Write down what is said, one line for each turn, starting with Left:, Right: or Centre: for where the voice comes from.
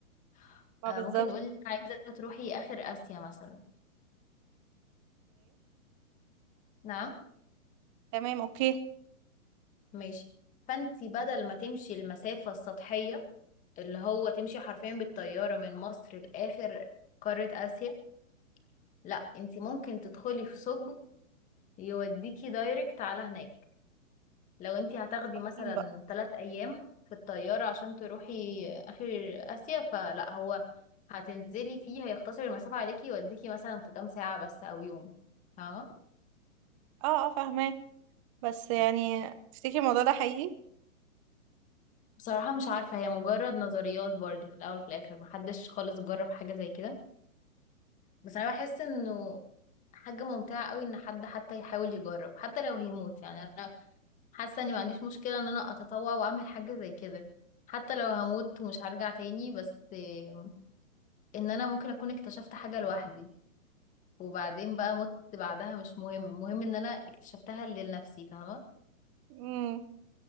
Left: <laughs>
Right: ما
Left: اه
Right: بالظبط
Left: ممكن نقول انك عايزة تروحي آخر آسيا مثلا نعم
Right: تمام اوكي
Left: ماشي فانت بدل ما تمشي المسافة السطحية اللي هو تمشي حرفيا بالطيارة من مصر لآخر قارة آسيا لا انت ممكن تدخلي في ثقب يوديكي دايركت على هناك لو انتي
Right: مستقيم
Left: هتاخدي مثلا
Right: بقى
Left: ثلاث ايام في الطيارة عشان تروحي اخر اسيا فلا هو هتنزلي فيه هيختصر المسافة عليكي يوديكي مثلا في كام ساعة بس او يوم فاهمة
Right: اه اه فاهماه بس يعني تفتكري الموضوع ده حقيقي
Left: بصراحة مش عارفة هي مجرد نظريات برضو في الاول وفي الاخر محدش خالص جرب حاجة زي كده بس انا بحس انه حاجة ممتعة قوي ان حد حتى يحاول يجرب حتى لو هيموت يعني حاسه اني ما عنديش مشكله ان انا اتطوع واعمل حاجه زي كده حتى لو هموت ومش هرجع تاني بس آم، ان انا ممكن اكون اكتشفت حاجه لوحدي وبعدين بقى مت بعدها مش مهم مهم ان انا اكتشفتها لنفسي فاهمه
Right: امم